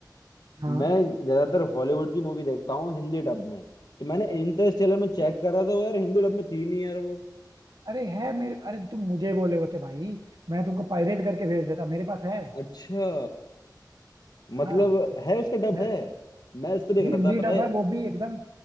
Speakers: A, on the right; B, on the left.
A: हाँ
B: मैं ज्यादातर हॉलीवुड की मूवी देखता हूँ हिंदी डब में तो मैंने इंटरस्टेलर में चेक
A: ये-
B: करा था वो यार हिंदी डब में थी नहीं यार वो
A: अरे है मेरे अरे तुम मुझे बोले होते भाई मैं तुमको पायरेट करके भेज देता मेरे पास है
B: अच्छा
A: हाँ
B: मतलब है उसका डब
A: मैं
B: है मैं इस पे देख
A: हिंदी
B: रहा था पता
A: डब
B: है
A: है वो भी एकदम